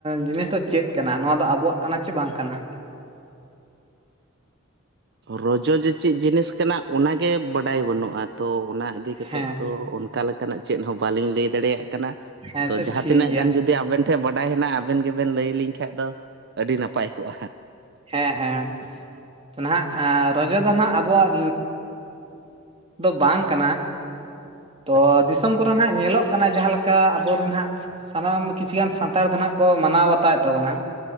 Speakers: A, on the right; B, on the right.
A: ᱡᱤᱱᱤᱥ ᱫᱚ ᱪᱮᱫ ᱠᱟᱱᱟ ᱱᱚᱣᱟ ᱫᱚ ᱟᱵᱚᱣᱟᱜ ᱠᱟᱱᱟ ᱪᱮ ᱵᱟᱝ ᱠᱟᱱᱟ? ᱻ <inaudible>
B: ᱨᱚᱡᱚ ᱡᱮ ᱪᱮᱫ ᱡᱤᱱᱤᱥ ᱠᱟᱱᱟ ᱚᱱᱟᱜᱮ ᱵᱟᱰᱟᱭ ᱵᱟᱹᱱᱩᱜᱼᱟ ᱛᱚ᱾ ᱚᱱᱟ ᱤᱫᱤ ᱠᱟᱛᱮᱫ
A: ᱦᱮᱸ
B: ᱫᱚ ᱚᱱᱠᱟ ᱞᱮᱠᱟᱱᱟᱜ ᱪᱮᱫ ᱦᱚᱸ ᱵᱟᱞᱤᱧ ᱞᱟᱹᱭ ᱫᱟᱲᱮᱭᱟᱜ ᱠᱟᱱᱟ
A: ᱦᱮᱸ
B: ᱛᱚ᱾
A: ᱟᱪᱪᱷᱟ
B: ᱡᱟᱦᱟᱸ
A: ᱴᱷᱤᱠ
B: ᱛᱤᱱᱟᱹᱜ
A: ᱜᱮᱭᱟ
B: ᱜᱟᱱ ᱡᱩᱫᱤ ᱟᱵᱮᱱ ᱴᱷᱮᱱ ᱵᱟᱰᱟᱭ ᱦᱮᱱᱟᱜ ᱟᱵᱮᱱ ᱜᱮ ᱵᱮᱱ ᱞᱟᱹᱭᱞᱤᱧ ᱠᱷᱟᱱ ᱫᱚ ᱟᱹᱰᱤ ᱱᱟᱯᱟᱭ ᱠᱚᱜᱼᱟ᱾
A: ᱦᱮᱸ ᱦᱮᱸ ᱱᱟᱦᱟᱜ ᱨᱚᱡᱚ ᱫᱚ ᱦᱟᱸᱜ ᱟᱵᱚᱣᱟᱜ ᱫᱚ ᱵᱟᱝ ᱠᱟᱱᱟ᱾ ᱛᱚ
B: ᱟᱪᱪᱷᱟ
A: ᱫᱤᱥᱚᱢ ᱠᱚᱨᱮ ᱟᱸᱜ ᱧᱮᱞᱚᱜ ᱠᱟᱱᱟ᱾ ᱡᱟᱦᱟᱸ ᱞᱮᱠᱟ ᱟᱵᱚᱨᱮᱱ ᱦᱟᱸᱜ ᱥᱟᱱᱟᱢ ᱠᱤᱪᱷᱩ ᱜᱟᱱ ᱥᱟᱱᱛᱟᱲ ᱫᱚ ᱦᱟᱸᱜ ᱠᱚ ᱢᱟᱱᱟᱣ ᱵᱟᱛᱟᱣᱮᱫ ᱛᱟᱵᱚᱱᱟ᱾